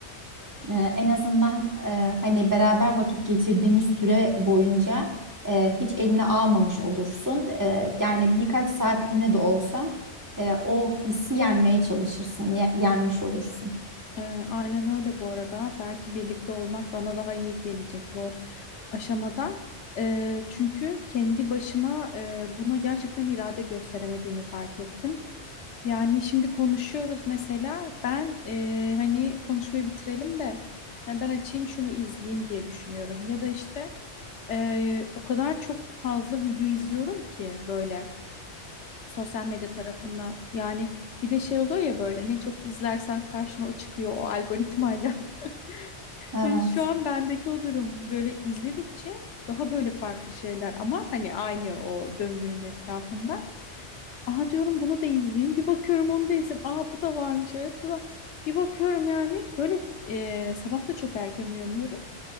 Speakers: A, on the right; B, on the left.
A: Ee, en azından e, hani beraber vakit geçirdiğimiz süre boyunca e, hiç eline almamış olursun. E, yani birkaç saatliğine de olsa e, o hissi yenmeye çalışırsın, ye- yenmiş olursun.
B: Ee, aynen öyle bu arada. Belki birlikte olmak bana daha iyi gelecek bu aşamada. Ee, çünkü kendi başıma e, buna gerçekten irade gösteremediğimi fark ettim. Yani şimdi konuşuyoruz mesela ben e, hani konuşmayı bitirelim de hani ben açayım şunu izleyeyim diye düşünüyorum. Ya da işte e, o kadar çok fazla video izliyorum ki böyle sosyal medya tarafında. Yani bir de şey oluyor ya böyle ne çok izlersen karşına o çıkıyor o algoritmayla. <laughs>
A: Evet.
B: E, Şu an bendeki o durum böyle izledikçe daha böyle farklı şeyler ama hani aynı o döngünün etrafında. Aa diyorum bunu da izleyeyim. Bir bakıyorum onu da izleyeyim. Aa bu da varmış evet. Bu da bir bakıyorum yani böyle e, sabah da çok erken uyanıyorum.